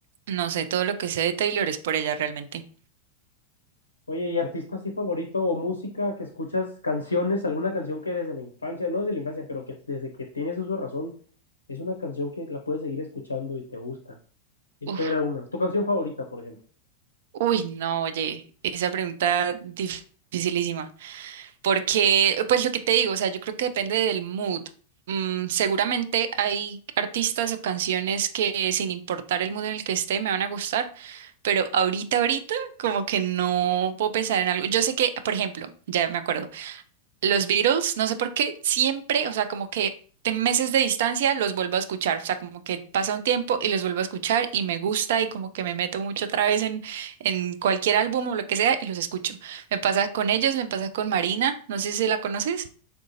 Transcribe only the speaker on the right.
no sé, todo lo que sé de Taylor es por ella realmente.
Uf.
Uy, no, oye, esa pregunta dificilísima. Porque, pues lo que te digo, o sea, yo creo que depende del mood. Mm, seguramente hay artistas o canciones que sin importar el mood en el que esté me van a gustar, pero ahorita, ahorita, como que no puedo pensar en algo. Yo sé que, por ejemplo, ya me acuerdo. Los Beatles, no sé por qué, siempre, o sea, como que de meses de distancia los vuelvo a escuchar, o sea, como que pasa un tiempo y los vuelvo a escuchar y me gusta y como que me meto mucho otra vez en, en cualquier álbum o lo que sea y los escucho. Me pasa con ellos, me pasa con Marina, no sé si la conoces.